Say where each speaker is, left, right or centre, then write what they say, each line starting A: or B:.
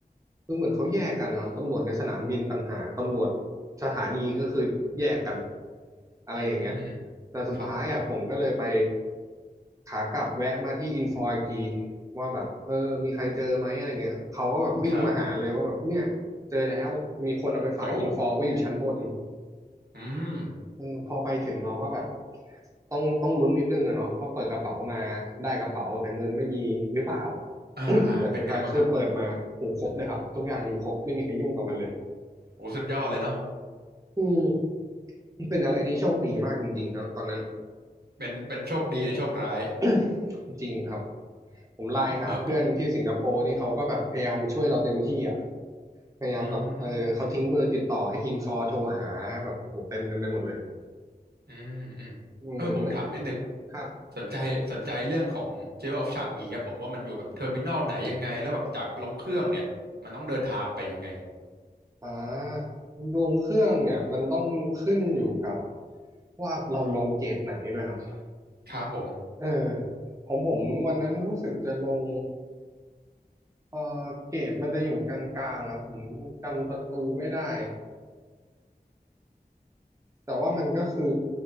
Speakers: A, on the right (about 20°); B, on the right (about 80°).
A: คือเหมือนเขาแยกกันนะครับตำรวจในสนามบินต่างหากตำรวจสถานีก็คือแยกกันอะไรอย่างเงี้ย
B: อืมอืม
A: แต่สุดท้ายอ่ะผมก็เลยไป
B: ครับผม
A: ขากลับแวะมาที่อินฟออีกทีว่าแบบเออมีใครเจอไหมอะไรเงี้ยเขาก็แบบวิ่งมาหาเลยว่าแบบเนี่ยเจอแล้วมีคนเอาไปฝากอินฟอไว้อยู่ชั้นบน
B: ครับโอ้อืม
A: เออพอไปถึงเราก็แบบต้องต้องลุ้นนิดนึงอะเนาะว่าเปิดกระเป๋ามาได้กระเป๋าแต่เงินไม่มีหรือเปล่า
B: อ่าอ่าเป็นไงบ้างครับ
A: <coughs> แต่สุดท้ายคือเปิดมาหูครบเลยครับทุกอย่างอยู่ครบไม่มีใครยุ่งกับมันเลย
B: โอ้สุดยอดเลยเนาะ
A: อืมเป็นอะไรที่โชคดีมากจริงๆครับตอนนั้น
B: เป็นเป็นโชคดีในโชคร้าย
A: <coughs> จริงครับผมไลน์หาเพื่อนที่สิงคโปร์นี่เขาก็แบบพยายามช่วยเราเต็มที่อ่ะ
B: อืมเออผม
A: พยายามแบบเออเขาทิ้งเบอร์ติดต่อให้อินฟอโทรหาแบบโอ้โหเต็มกันไปหมดเลย
B: อืมอืมอืมเออผมถามนิดนึง
A: อืมเฮ้ยครับ
B: สนใจสนใจเรื่องของเจลออฟชางงีครับผมว่ามันอยู่แบบเทอร์มินอลไหนยังไงแล้วแบบจากลงเครื่องเนี่ยมันต้องเดินทางไปยังไง
A: อ่าดวงเครื่องเนี่ยมันต้องขึ้นอยู่กับว่าเราลงเกรดไหนด้วยครับ
B: ครับผม
A: เออของผมวันนั้นรู้สึกจะลงเออเกรดมันจะอยู่กลางๆครับผมจำประตูไม่ได้แต่ว่ามันก็คือ